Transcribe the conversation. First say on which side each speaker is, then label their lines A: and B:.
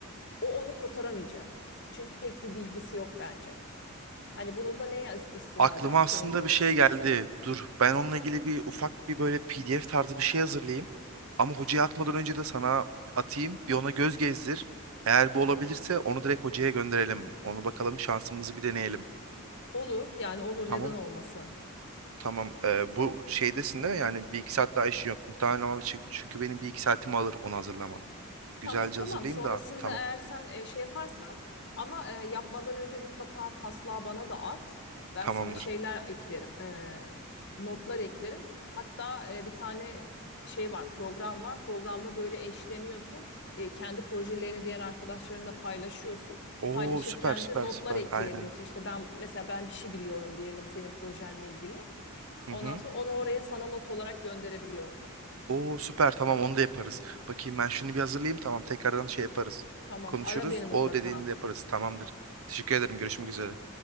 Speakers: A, on the left (about 55°); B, on the right (about 70°).
A: o onu kotaramayacak. Çünkü pek bir bilgisi yok bence. Hani bunu da neye istinaden
B: Aklıma
A: söylüyorum?
B: aslında bir şey geldi. Dur, ben onunla ilgili bir ufak bir böyle PDF tarzı bir şey hazırlayayım. Ama hocaya atmadan önce de sana atayım. Bir ona göz gezdir. Eğer bu olabilirse onu direkt hocaya gönderelim. Onu bakalım şansımızı bir deneyelim.
A: Olur yani olur
B: Tamam.
A: neden olmasın?
B: Tamam. Ee, bu şeydesin değil mi? Yani bir iki saat daha işin yok. Muhtemelen ama çü- çünkü benim bir iki saatimi alır onu hazırlamam.
A: Tamam
B: Güzelce
A: tamam.
B: hazırlayayım
A: Sonrasında
B: da. Tamam.
A: eğer sen e, şey yaparsan ama e, yapmadan önce mutlaka taslağı bana da at. Ben
B: Tamamdır.
A: sana şeyler eklerim. e, notlar eklerim. Hatta e, bir tane şey var, program var. Programda böyle eşleniyorsun. E, kendi projelerini diğer arkadaşlarınla paylaşıyorsun.
B: Oo
A: Paylaşırken
B: süper süper
A: de notlar
B: süper.
A: ekleyebiliyorsun.
B: Aynen.
A: İşte ben mesela ben bir şey biliyorum diyelim senin projenle ilgili. Ondan
B: Hı hı.
A: sonra onu oraya sana not olarak gönderebiliyorum.
B: Oo süper tamam onu da yaparız. Bakayım ben şunu bir hazırlayayım tamam tekrardan şey yaparız.
A: Tamam,
B: Konuşuruz.
A: ara beni mutlaka.
B: O dediğini de yaparız. Tamamdır. Teşekkür ederim. Görüşmek üzere.